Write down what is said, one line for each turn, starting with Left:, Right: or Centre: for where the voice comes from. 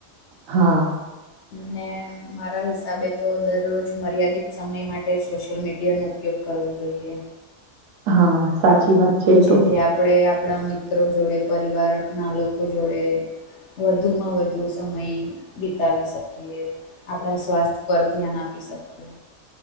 Right: હા.
Left: ને મારા હિસાબે તો દરરોજ મર્યાદિત સમય માટે સોશિયલ મીડિયાનો ઉપયોગ કરવો જોઈએ.
Right: હા. સાચી વાત છે એ
Left: જેથી
Right: તો
Left: આપડે આપડા મિત્રો જોડે પરિવારના લોકો જોડે વધુમાં વધુ સમય વિતાવી શકીએ. આપડા સ્વાસ્થ્ય પર ધ્યાન આપી શકીએ.